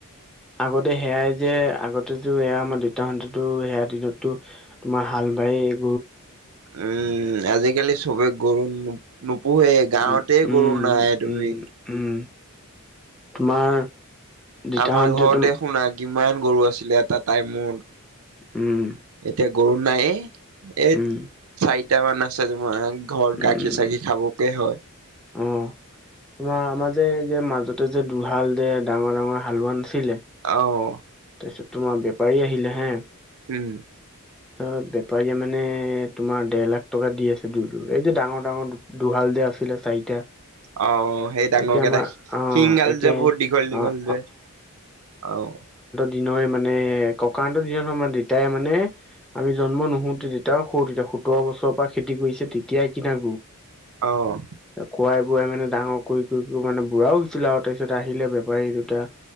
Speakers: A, in the centre; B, on the right (about 65°).
A: আগতে সেয়াই যে আগতেতো এয়া আমাৰ দেতাহঁতেটো সেয়া দিনততো। তোমাৰ হাল বাইয়ে
B: উম, আজিকালি চবে গৰু নো নোপোহে। গাঁৱতে
A: উম
B: গৰু
A: উম
B: নাই তুমি।
A: উম উম, তোমাৰ দেতাহতে
B: আমাৰ ঘৰতে
A: তুম।
B: শুনা কিমান গৰু আছিলে এটা টাইমত।
A: উম।
B: এতিয়া গৰু নাই এ এত
A: উম
B: চাৰিটা মান আছে জোমাৰ। ঘৰত
A: উম
B: গাখীৰ, চাখীৰ খাবকে হয়।
A: অ তোমাৰ আমাৰ যে যে মাজতে যে দুহাল যে ডাঙৰ ডাঙৰ হালোৱা নাছিলে।
B: অ'।
A: তাৰপিছত তোমাৰ বেপাৰী আহিলে হে।
B: উম।
A: তাৰ বেপাৰীয়ে মানে তোমাৰ দেৰ লাখ টকা দি আছে দুলো এই যে ডাঙৰ ডাঙৰ দুহাল যে আছিলে চাৰিটা।
B: অ'। সেই ডাঙৰকে
A: এতিয়া আমাৰ
B: এটা
A: অ',
B: শিং গাল
A: একে
B: যে বহুত দীঘল, দীঘল
A: অ',
B: যে অহ।
A: দিনয়ে মানে ককাঁতৰ দিনত আমাৰ দেতাই মানে। আমি জন্ম নুহোতে তেতিয়াও সও তেতিয়া সোতৰ বছৰৰ পৰা খেতি কৰিছে তেতিয়াই কিনা
B: অ'।
A: খোৱাই বোৱাই মানে ডাঙৰ কৰি কৰি কৰি মানে বুঢ়াও হৈছিলে আও তাপিছত আহিলে বেপাৰী দুটা।